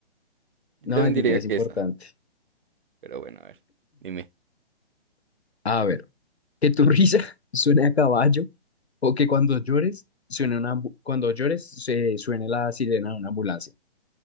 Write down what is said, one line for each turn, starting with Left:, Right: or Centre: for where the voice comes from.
Right: yo
Left: No,
Right: también
Left: el dinero
Right: diría
Left: es importante.
Right: que esa. Pero bueno, a ver, dime.
Left: A ver, que tu risa <laughs> suene a caballo o que cuando llores suene una ambu- cuando llores se suene la sirena de una ambulancia.